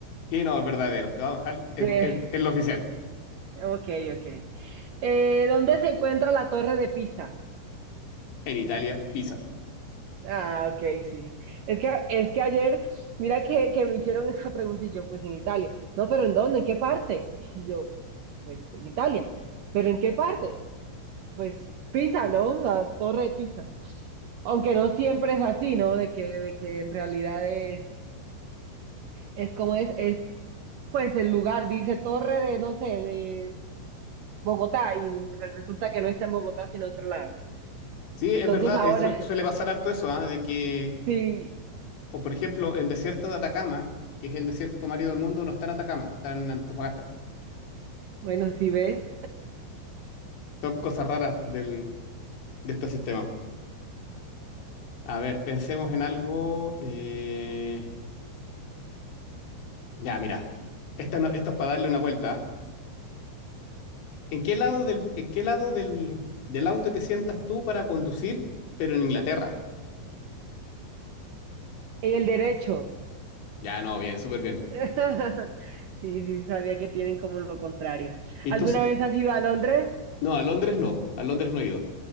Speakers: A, on the left; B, on the right.
A: Sí, no, es verdadero. Te voy a dejar- es,
B: Eh,
A: es es lo oficial.
B: ok, ok. Eh, ¿dónde se encuentra la Torre de Pisa?
A: En Italia, Pisa.
B: Ah, ok, sí. Es que, es que ayer, mira que, que me hicieron <laughs> esa pregunta y yo, pues en Italia. No, pero ¿en dónde? ¿En qué parte? <laughs> Y yo, pues en Italia. ¿Pero en qué parte? Pues Pisa, ¿no? La Torre de Pisa. Aunque no siempre es así, ¿no? De que, de que en realidad es, es como es, es pues el lugar, dice Torre de, no sé, de Bogotá, y re- resulta que no está en Bogotá, sino en otro lado.
A: Sí, es
B: Entonces
A: verdad,
B: ahora,
A: eso suele pasar harto eso, ¿ah? De que,
B: sí,
A: o por ejemplo, el desierto de Atacama, que es el desierto marido del mundo, no está en Atacama, está en Antofagasta.
B: bueno, sí ves,
A: Son cosas raras del, de este sistema. A ver, pensemos en algo. eh, Ya, mira, esta no- esto es para darle una vuelta. ¿ah? ¿En qué lado del, en qué lado del, del auto te sientas tú para conducir, pero en Inglaterra?
B: el derecho.
A: Ya, no, bien, súper bien.
B: <laughs> Sí, sí, sabía que tienen como lo contrario.
A: Y
B: ¿Alguna
A: tú, s-
B: vez has ido a Londres?
A: no, a Londres no, a Londres no he ido.